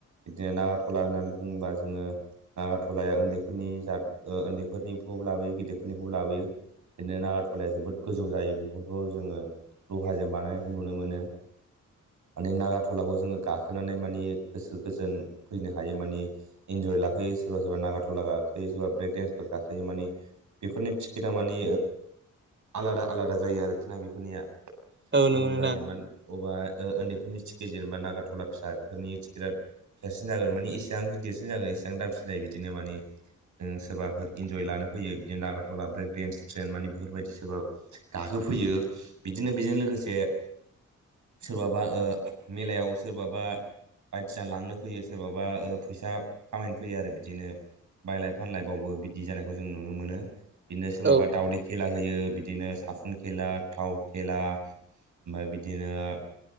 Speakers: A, on the right (about 70°); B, on the right (about 35°).
A: बिदिनो नाखाथला होननानै बुङोबा जोङोओ नाखाथलाया उन्दैफोरनि जा उन्दैफोरनिखौ लाबोयो गिदिरफोरनिखौ लाबोयो बिदिनो नाखाथ'लाया जोबोद गोजौ जायो बेफोरखौ जोङो लहाजों बानायनायखौ नुनो मोनो। माने नागाथलाखौ जोङो गाखोनानै मानि गोसो गोजोन फैनो हायो माने ओ। इन्जय लाखोयो सोरबा सोरबा नागाथला गाखोयो सोरबा ब्रेक देन्सफोर गाखोयो माने बेफोरनि टिकेटा ओ माने आलादा आलादा जायो आरोखि ना बेफोरनिया औ
B: नंगौ
A: एबा
B: नोंथां
A: जेनेबा अबावबा ओन्दैफोरनि टिकेट जेनेबा नागाथला फिसा बेफोरनि टिकेटआ फिसासिन जागोन माने एसेबां गिदिरसिन जागोन एसेबां दामसिन जायो बिदिनो माने ओ जों सोरबाफोर इन्जय लानो फैयो बिदिनो नागाथला ब्रेक देन्स ट्रेन माने बेफोरबायदि सोरबा। गाखोफैयो बिदिनो बेजों लोगोसे ओ सोरबाबा मेलायाव सोरबाबा बायदिसिना लांनो फैयो सोरबाया फैसा खामायनो फैयो आरो बिदिनो बायलाय फानलाय बावबो बिदि जानायखौ जों नुनो मोनो ओ। बिदिनो सोरबा
B: औ
A: दावदै खेला होयो बिदिनो साफुन खेला थाव खेला ओमफ्राय बिदिनोओ